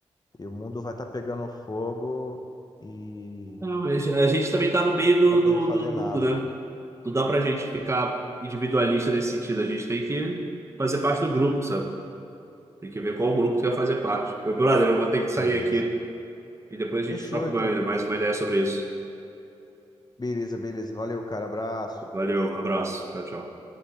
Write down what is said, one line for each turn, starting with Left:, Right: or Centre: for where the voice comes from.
Left: e o mundo vai estar pegando fogo e
Right: Não, mas a gente também tá no meio do,
Left: não vai poder
Right: do,
Left: fazer
Right: do
Left: nada.
Right: mundo, né? Não dá pra gente ficar individualista nesse sentido. A gente tem que fazer parte do grupo, sabe? Tem que ver qual grupo tu quer fazer parte. Meu brother, eu vou ter que sair
Left: Beleza.
Right: aqui e depois a
Left: Fechou,
Right: gente troca
Left: então.
Right: uma- mais uma ideia sobre isso.
Left: Beleza, beleza. Valeu, cara. Abraço.
Right: Valeu, um abraço. Tchau, tchau.